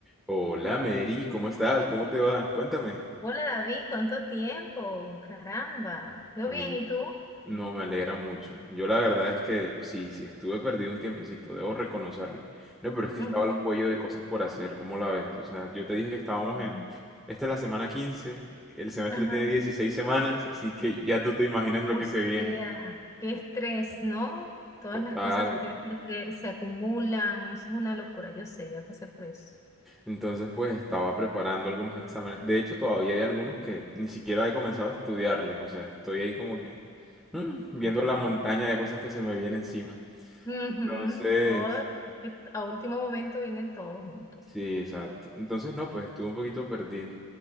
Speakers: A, in the centre; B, on the left (about 15°).
A: Hola Mary, ¿cómo estás? ¿Cómo te va? Cuéntame.
B: Hola David, ¿cuánto tiempo? Caramba, yo bien,
A: Oye,
B: ¿y tú?
A: no me alegra mucho. Yo la verdad es que sí, sí, estuve perdido un tiempecito, debo reconocerlo. No, pero es que
B: Ujú.
A: estaba al cuello de cosas por hacer, ¿cómo la ves? O sea, yo te dije que estábamos
B: Ujú.
A: en... Esta es la semana 15, el semestre
B: Ajá.
A: tiene 16 semanas, así que ya tú te imaginas lo
B: O
A: que
B: sea,
A: se viene.
B: qué estrés, ¿no? Todas
A: Total.
B: las cosas que tienes que hacer se acumulan, eso es una locura, yo sé, ya pasé por eso.
A: Entonces, pues estaba preparando algunos exámenes. De hecho, todavía hay algunos que ni siquiera he comenzado a estudiarles, o sea, estoy ahí como que... mm, viendo
B: Wow.
A: la montaña de cosas que se me viene encima.
B: Ujú,
A: Entonces,
B: Todo, que a último momento viene todo junto.
A: sí,
B: o sea.
A: exacto. Entonces, no, pues estuve un poquito perdido.